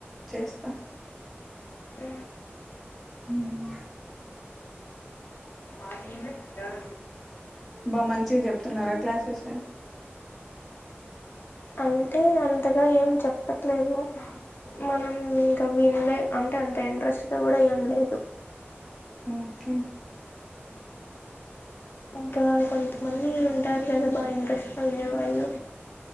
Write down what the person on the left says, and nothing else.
ఆ
అది మది
అంటే అంతగా ఏం చెప్పట్లేదు మనం ఇంకా వినలే అంటే అంత ఇంట్రెస్ట్గా కూడా ఏం లేదు
ఇంకా కొంతమంది ఉంటారు కదా బాగా ఇంట్రెస్ట్ గా ఉండే వాళ్ళు